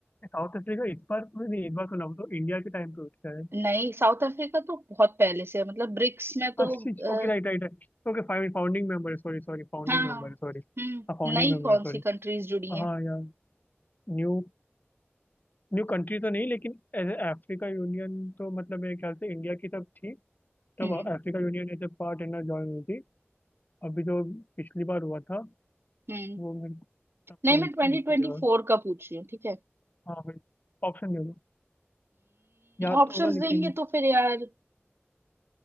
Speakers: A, on the left (about 40°); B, on the right (about 60°).
A: साउथ अफ्रीका इस बार में नहीं इस बार तो ना वो तो इंडिया के टाइम पे उठता है
B: नई साउथ अफ्रीका तो बहुत पहले से है मतलब ब्रिक्स में तो
A: हाँ
B: आ,
A: Okay right right right okay fine Founding member sorry sorry founding
B: हाँ
A: member sorry
B: हम्म
A: हाँ फाउंडिंग
B: नई
A: मेंबर
B: कौन
A: सॉरी
B: सी कंट्रीज जुड़ी हैं
A: हाँ यार न्यू न्यू कंट्री तो नहीं लेकिन एज अफ्रीका यूनियन तो मतलब मेरे ख्याल से इंडिया की तब थी तब
B: हम्म
A: Africa union as a partner join हुई थी अभी जो पिछली बार हुआ था
B: हम्म
A: वो मेरे को तब
B: नहीं
A: कौन
B: मैं
A: सी
B: ट्वेंटी
A: हुई
B: ट्वेंटी
A: थी यार
B: फोर का पूछ रही हूँ ठीक है
A: हाँ भाई ऑप्शन दे दो याद
B: ऑप्शंस
A: तो होगा लेकिन
B: देंगे तो फिर यार